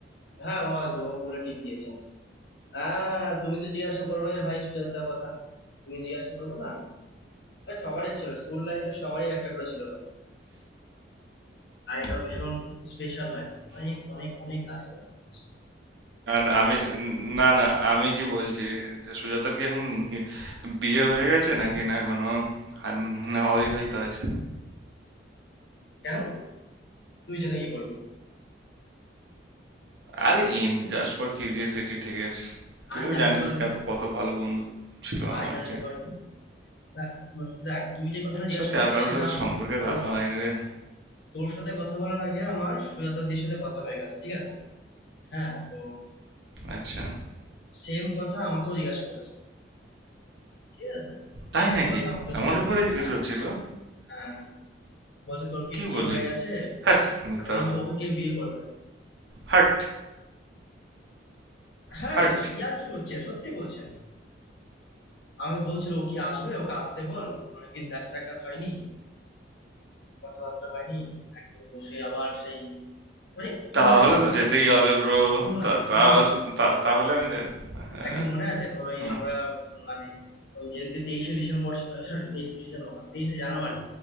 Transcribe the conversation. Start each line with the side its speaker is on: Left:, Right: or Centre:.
Left: হ্যাঁ ও আসবে ও পোলে টিক দিয়েছে হ্যাঁ তুমি তো জিজ্ঞাসা করবে ভাই সুজাতার কথা তুমি জিজ্ঞাসা করবে না ভাই, সবারই ছিল স্কুল লাইফে সবারই একটা করে ছিল ভাই আর এটা ভীষণ স্পেশাল হয় অনেক অনেক অনেক কাছে হয় জিনিসটা।
Right: না, না আমি না, না আমি কি বলছি যে সুজাতার কি এখন বিয়ে হয়ে গেছে নাকি না এখনো হাত- মানে অবিবাহিত আছে
Left: কেন তুই যেটা ইয়ে করবি
Right: আরে এমনি জাস্ট ফর কিউরিয়াসিটি ঠিক আছে তুই
Left: আয়
Right: তো
Left: জানতে
Right: জানিস
Left: পারবি
Right: কত কত ভালো বন্ধু ছিল আমার
Left: আয় জানতে
Right: ঠিক।
Left: পারবি দেখ, দেখ তুই যে কথাটা জিজ্ঞেস
Right: সত্যি
Left: করছিস
Right: আর কারোর
Left: সেটা
Right: সাথে সম্পর্কে
Left: তোর
Right: দেখা হয়নি রে
Left: তোর সাথে কথা বলার আগে আমার সুজাতাদির সাথে কথা হয়ে গেছে ঠিক আছে হ্যাঁ তো
Right: আচ্ছা
Left: সেম কথা আমাকেও জিজ্ঞাসা করেছে ঠিক আছে
Right: তাই
Left: সেম
Right: নাকি
Left: কথা আমাকেও জিজ্ঞাসা
Right: আমার ব্যাপারে
Left: করেছে
Right: জিজ্ঞেস
Left: হ্যাঁ
Right: করছিল
Left: হ্যাঁ বলছে তোর কি
Right: কি
Left: বিয়ে
Right: বলিস
Left: হয়ে গেছে
Right: হ্যাস মিথ্যা
Left: আমি বললাম যে ওকে কে বিয়ে করবে
Right: হাট
Left: হ্যাঁ
Right: হাট
Left: রে ইয়ার কি হচ্ছে সত্যি বলছেন আমাকে বলছিল ও কি আসবে ওকে আসতে বল অনেকদিন দেখা সাক্ষাৎ হয়নি কথাবার্তা হয়নি একদিন বসে আবার সেই মানে
Right: তাহলে
Left: মনে আছে
Right: তো
Left: তোর
Right: যেতেই হবে ব্রো
Left: শোন না শোন
Right: তাহলে
Left: না
Right: তা- তাহলে আমি যে- হ্যাঁ
Left: একদিন মনে আছে তোর ওই
Right: হুম
Left: আমরা উম, মানে ওই যেদিনকে তেইশে ডিসেম্বর সরি তেইশে ডিসেম্বর মানে তেইশে জানুয়ারি